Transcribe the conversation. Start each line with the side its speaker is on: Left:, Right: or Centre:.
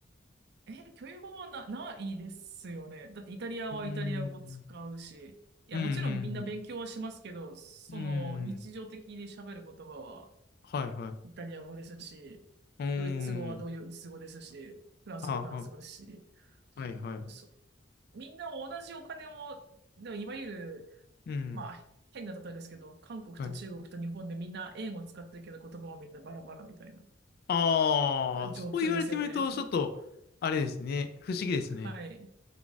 Right: え、教育語はな、ないですよね。だってイタリアはイタリア語使うし、
Left: うーん。
Right: いや、
Left: うん、う
Right: もちろんみんな勉強はしますけど、
Left: ん、
Right: その日常的に喋る言葉は
Left: うん。うーん。はいはい。う
Right: イタリア語ですし、
Left: ーん。
Right: ドイツ語はドイツ語ですし、フランス語はフランス語ですし、
Left: はあ、はあ。はいはい。
Right: そ、みんな同じお金を、でもいわゆる、
Left: うん。
Right: まあ、変な例えですけど、韓国と中国と日本でみんな円を使ってるけど言葉はみんなバラバラみたいな
Left: はい。ああ、
Right: 状況ですよね。
Left: そう言われてみると、ちょっと、あれですね。不思議ですね。
Right: はい。